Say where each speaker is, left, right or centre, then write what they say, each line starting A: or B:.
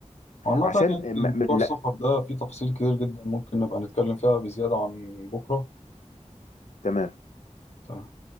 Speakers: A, on the left; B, on the left.
A: وعامة
B: عشان
A: يعني
B: م-
A: موضوع
B: م-
A: السفر
B: لا
A: ده فيه تفاصيل كتير جدا ممكن نبقى نتكلم فيها بزيادة عن بكرة
B: تمام
A: تمام